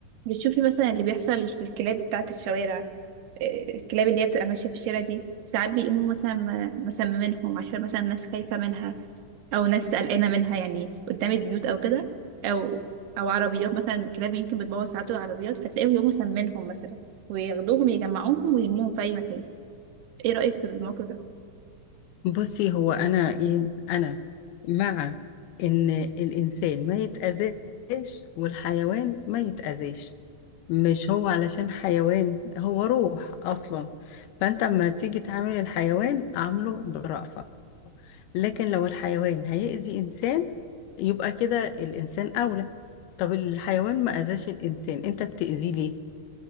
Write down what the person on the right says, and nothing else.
بتشوفي مثلا اللي بيحصل في الكلاب بتاعة الشوارع آه، الكلاب اللي هي بتبقى ماشية في الشارع دي ساعات بيقوموا مثلا م- مسممينهم عشان مثلا ناس خايفة منها أو ناس قلقانة منها يعني قدام البيوت أو كده أو أو عربيات مثلا الكلاب يمكن بتبوظ ساعات العربيات فتلاقيهم يقوموا مسمينهم مثلا وياخدوهم يجمعوهم ويرموهم في أي مكان إيه رأيك في الموقف ده؟